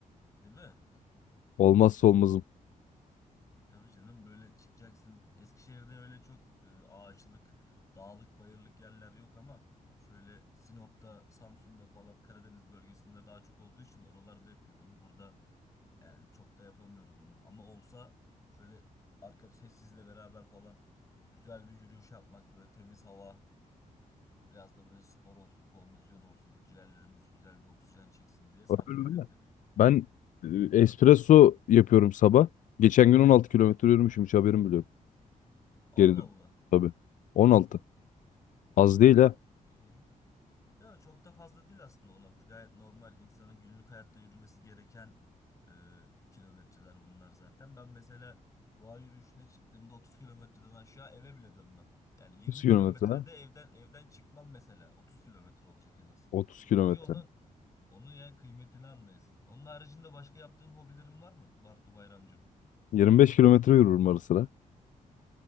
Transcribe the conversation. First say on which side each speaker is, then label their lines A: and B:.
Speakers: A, on the left; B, on the left.
A: değil mi?
B: olmazsa olmazım.
A: E, tabii canım böyle çıkacaksın. Eskişehir'de öyle çok e, ağaçlık, dağlık, bayırlık yerler yok ama şöyle Sinop'ta, Samsun'da falan Karadeniz bölgesinde daha çok olduğu için oralarda yapıyordum. Burada yani çok da yapamıyorum onu. Ama olsa şöyle arkadaş sizle beraber falan güzel bir yürüyüş yapmak böyle temiz hava. Biraz da böyle spor olsun, kondisyon olsun, ciğerlerimiz güzel bir oksijen çeksin diye sarabilirdi.
B: Öyle öyle. Ben e, espresso yapıyorum sabah. Geçen gün 16 kilometre yürümüşüm. Hiç haberim bile yok.
A: Allah
B: Geri dön.
A: Allah.
B: Tabii. 16. Az değil ha.
A: İyi. Ya çok da fazla değil aslında 16. Gayet normal insanın günlük hayatta yürümesi gereken e, kilometreler bunlar zaten. Ben mesela doğa yürüyüşüne çıktığımda 30 kilometreden aşağı eve bile dönmem. Yani 20
B: 30 kilometre
A: kilometrede
B: ha.
A: evden evden çıkmam mesela. 30 kilometre olacak en az.
B: 30 kilometre.
A: Ki onun onun yani kıymetini anlayasın. Onun haricinde başka yaptığın hobilerin var mı Bartu Bayramcığım?
B: 25 kilometre yürürüm ara sıra.